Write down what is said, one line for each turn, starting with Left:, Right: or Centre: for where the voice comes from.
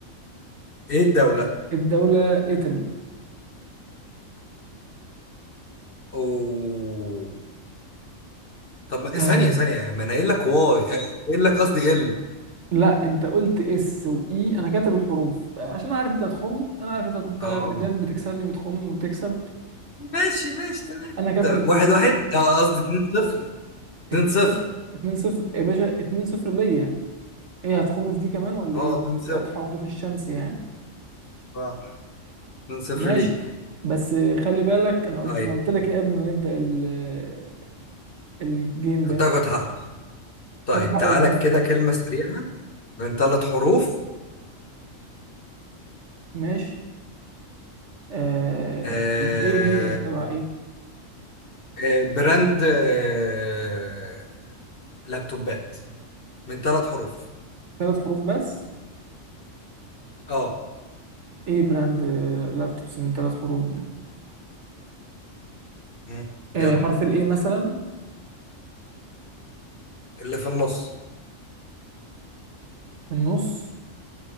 Left: ايه الدولة
Right: الدولة ايطالي
Left: او طب ما- ثانية
Right: آه.
Left: ثانية ما انا قايل لك واي آه، قايل لك قصدي ال
Right: لا انت قلت اس واي انا كاتب الحروف عشان اعرف انت هتخم انا عارف انت انت
Left: اه
Right: دايما بتكسبني بتخم وتكسب
Left: ماشي ماشي تمام
Right: انا كاتب
Left: تمام.
Right: الحروف
Left: واحد واحد اه قصدي اتنين صفر
Right: 2
Left: اتنين صفر
Right: 0 2 0 يا باشا 2 0 ليا ايه هتخم في دي كمان ولا
Left: اه
Right: ايه
Left: اتنين صفر
Right: واضحه وضوح الشمس يعني
Left: صح اتنين صفر
Right: ماشي
Left: ليك
Right: بس خلي بالك انا قلت
Left: طيب
Right: انا قلت لك ايه قبل ما نبدا ال- الجيم
Left: هتاخد
Right: ده
Left: حق طيب
Right: خدت حقي
Left: تعالى
Right: ولا ما خدتش
Left: كده
Right: حقي
Left: كلمة سريعة من ثلاث حروف
Right: ماشي آه...
Left: آه
Right: طب ايه هي تبع ايه
Left: آه براند آه لابتوبات من ثلاث حروف
Right: ثلاث حروف بس
Left: اه
Right: ايه براند آه، لابتوبس من ثلاث حروف ده
Left: مم.
Right: آه
Left: يلا
Right: حرف الايه مثلا
Left: اللي في النص
Right: في النص